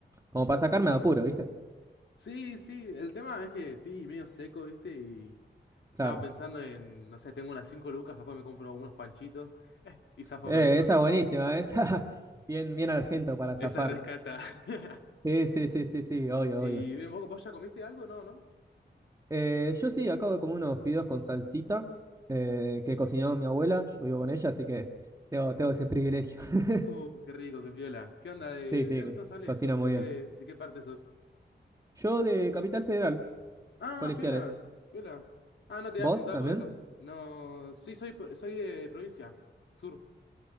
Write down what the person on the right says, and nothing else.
como para sacarme de apuro, viste.
Claro.
Eh,
esa buenísima, esa <laughs> bien, bien argento para zafar.
Sí, sí, sí, sí, sí, obvio,
obvio.
Eh, yo sí, acabo de comer unos fideos con salsita eh, que cocinó mi abuela, yo vivo con ella, así que tengo, tengo ese privilegio. <laughs>
Sí, sí,
cocina muy
bien.
Yo de Capital Federal,
colegiales.
¿Vos
también?